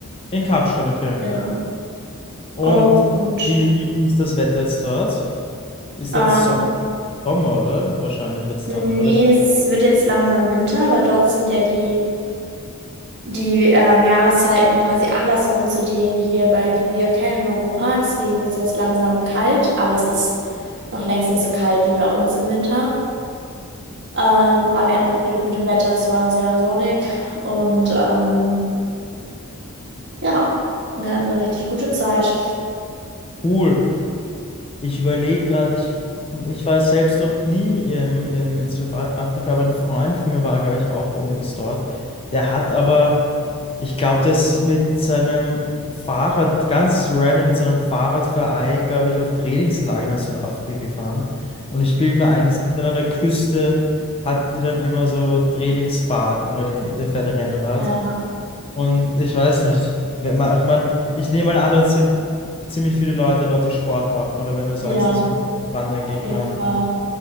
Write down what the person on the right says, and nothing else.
genau.
Und
ähm,
nee,
es wird jetzt langsam Winter, weil dort sind ja die die ähm, Jahreszeiten quasi andersrum zu denen hier, bei die wir kennen in Europa. Deswegen wird es jetzt langsam kalt, aber es ist noch längst nicht so kalt wie bei uns im Winter. Ähm, aber wir hatten noch Glück mit dem Wetter, es war sehr sonnig und ähm, ja, wir hatten eine richtig gute Zeit.
Ja,
ja,
auf
jeden Fall.